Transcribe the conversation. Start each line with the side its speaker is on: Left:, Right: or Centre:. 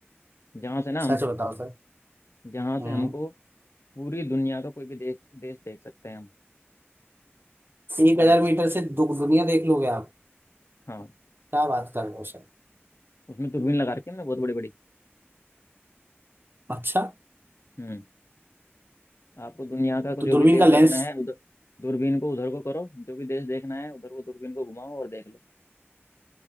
Left: जहाँ से ना हमको
Right: सच बताओ सर
Left: जहाँ
Right: हम्म
Left: से हमको पूरी दुनिया का कोई भी देश देश देख सकते हैं हम
Right: एक
Left: अपने
Right: हजार
Left: पास
Right: मीटर
Left: से
Right: से दु- दुनिया देख लोगे आप
Left: हाँ
Right: क्या बात कर रहे हो सर
Left: उसमें दूरबीन लगा रखी है हमने बहुत बड़ी बड़ी
Right: अच्छा
Left: हम्म। आपको दुनिया का को
Right: तो
Left: जो
Right: दूरबीन
Left: भी देश
Right: का लेंस
Left: देखना है उधर दूरबीन को उधर को करो जो भी देश देखना है उधर को दूरबीन को घुमाओ और देख लो